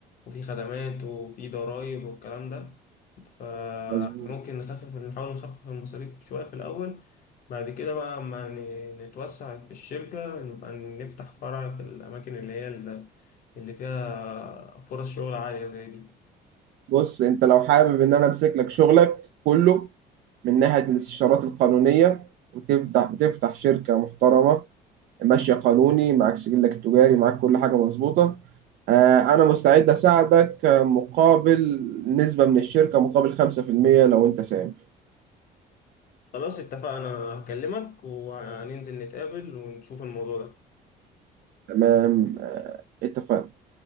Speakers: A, on the left; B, on the right.
A: وفي خدمات وفي ضرائب والكلام ده فممكن
B: مظبوط
A: نخفف نحاول نخفف المصاريف شوية في الأول بعد كده بقى أما ن- نتوسع في الشركة نبقى نفتح فرع في الأماكن اللي هي ال- اللي فيها فرص شغل عالية زي دي
B: بص أنت لو حابب إن أنا أمسك لك شغلك كله من ناحية الاستشارات القانونية وتفتح تفتح شركة محترمة ماشية قانوني معاك سجلك التجاري معاك كل حاجة مظبوطة آه، أنا مستعد أساعدك آه، مقابل نسبة من الشركة مقابل 5% لو أنت ساهم
A: خلاص اتفقنا هكلمك وهننزل نتقابل ونشوف الموضوع ده
B: تمام آه، اتفقنا